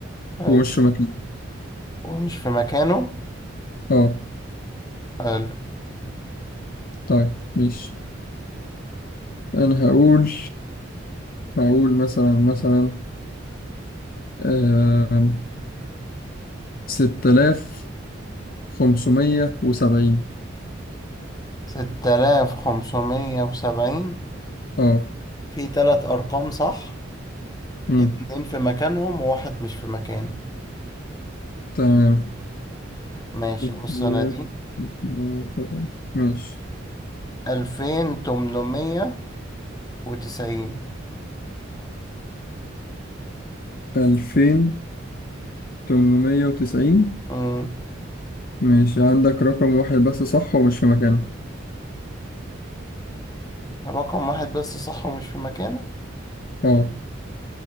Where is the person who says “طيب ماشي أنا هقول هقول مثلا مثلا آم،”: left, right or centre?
Left